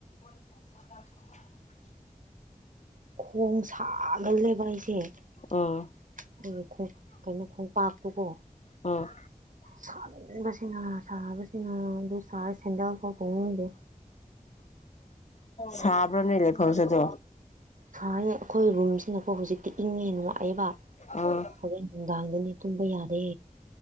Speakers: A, on the left; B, on the right.
A: <unintelligible>
B: ꯈꯣꯡ ꯁꯥꯒꯜ ꯂꯦꯕ ꯑꯩꯁꯦ ꯑꯩꯒꯤ
A: ꯎꯝ
B: ꯀꯩꯅꯣ ꯈꯣꯡꯄꯥꯛꯇꯨꯀꯣ
A: ꯎꯝ
B: ꯁꯃꯟꯕꯁꯤꯅꯥ ꯁꯕꯁꯤꯅꯥ ꯑꯗꯨ ꯁꯔ ꯁꯦꯟꯗꯜ ꯐꯥꯎ ꯇꯣꯡꯅꯤꯗꯦ
A: ꯁꯥꯕ꯭ꯔꯅꯦ ꯂꯩꯐꯧꯁꯗꯣ
B: ꯁꯥꯌꯦ ꯑꯩꯈꯣꯏ ꯔꯨꯝꯁꯤꯅꯀꯣ ꯍꯧꯖꯤꯛ ꯇꯤ ꯏꯪꯉꯦ ꯅꯨꯡꯉꯥꯏꯑꯦꯕ
A: ꯎꯝ
B: ꯍꯣꯔꯦꯟ ꯅꯨꯡꯗꯥꯡꯗꯅꯤ ꯇꯨꯝꯕ ꯌꯥꯗꯦ